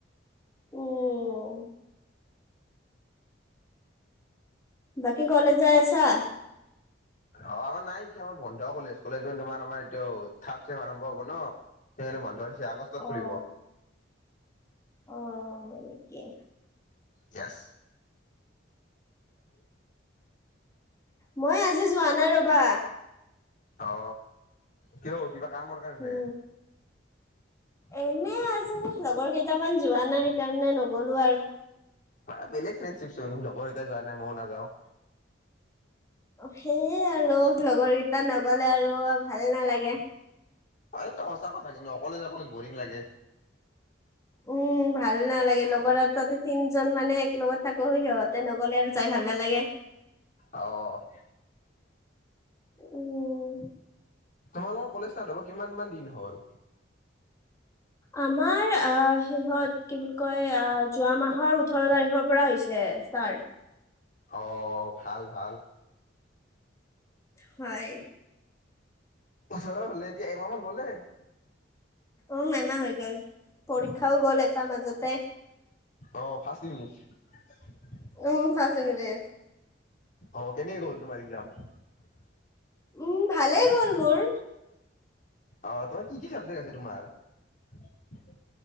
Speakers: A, on the left (about 15°); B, on the left (about 45°).
A: উম বাকী কলেজ যাই আছা?
B: অ' আমাৰ নাই এতিয়া আমাৰ বন্ধ কলেজ, কলেজ মানে তোমাৰ আমাৰ এইটো থাৰ্ড চেম আৰম্ভ হ'ব ন। সেইকাৰণে বন্ধ দিছে, আগষ্টত
A: অ',
B: খুলিব।
A: অ' এনেকেই
B: ইয়েছ।
A: মই আজি যোৱা নাই ৰবা।
B: অ কিয় কিবা কামৰ কাৰণে।
A: উম, এনে আজি লগৰ কেইটামান যোৱা নাই, সেইকাৰণে নগলো আৰু।
B: বা বেলেগ ফ্ৰেণ্ডশ্বিপ চোন লগৰ কেইতা যোৱা নাই, মই ও নাযাওঁ।
A: সেই আৰু লগৰ কেইটা নগলে আৰু ভাল নালাগে।
B: হয় টো তহঁতৰ সঁচা কথা, কিন্তু অকলে যাবলে বৰিং লাগে।
A: উম, ভাল নালাগে লগৰ আৰু তাতে তিনজন মানে এক লগত থাকো, সিহঁতে নগ'লে আৰু যাই ভাল ভাল নালাগে।
B: অ'
A: উম
B: তোমালোকৰ কলেজ ষ্টাৰ্ট হ'ব কিমান মান দিন হ'ল?
A: আমাৰ অ শেহত কি বুলি ক'য় আহ যোৱা মাহৰ ওঠৰ তাৰিখৰ পৰা হৈছে। ষ্টাৰ্ট
B: অ ভাল ভাল।
A: হয়।
B: ওচৰৰ হ'লে এতিয়া এমাহ মান গ'লে।
A: অ' আমাৰ হৈ গ'ল, পৰীক্ষাও গ'ল এটাৰ মাজতে।
B: অ' ৰ্ফাষ্ট ইউনিত টেষ্ট?
A: উম ৰ্ফাষ্ট ইউনিত টেষ্ট।
B: অ' এনেকৈ গ'ল তোমাৰ এক্মাম।
A: উম, ভালে গ'ল মোৰ।
B: আহ তোমাৰ কি কি চাবজেক্ট আছে তোমাৰ।